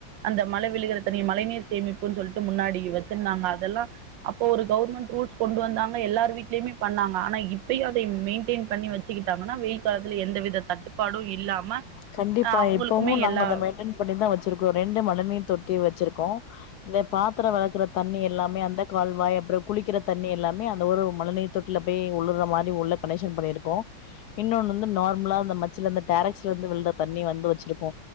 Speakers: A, on the right; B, on the left.
A: அந்த மழ விழுகற தண்ணிய மழை நீர் சேமிப்புன்னு சொல்ட்டு முன்னாடி வச்சிருந்தாங்க அதெல்லாம் அப்போ ஒரு கவர்மெண்ட் ரூல்ஸ் கொண்டு வந்தாங்க, எல்லார் வீட்லயுமே பண்ணாங்க ஆனா இப்பயு அதை மெயின்டெயின் பண்ணி வச்சு மாத்திகிட்டாங்கன்னா வெயில் காலத்தில் எந்தவித தட்டுப்பாடு இல்லாம
B: கண்டிப்பா
A: அ அவங்களுக்குமே
B: இப்பவு நாங்க
A: எல்லா
B: அதை மெயின்டென் பண்ணிதா வச்சிருக்கோ. ரெண்டு மழ நீர் தொட்டி வச்சிருக்கோ. இந்த பாத்திர வெளக்குற தண்ணி எல்லாமே அந்த கால்வாய் அப்றோ குளிக்கிற தண்ணி எல்லாமே அந்த ஊரு மழைநர் தொட்டில போய் உளுற மாரி உள்ள கனெக்ஷன் பண்ணிருக்கோ இன்னொன்னு வந்து நார்மலா அந்த மச்சர மரத்துல இருந்து விழுற தண்ணி வந்து வச்சிருகோ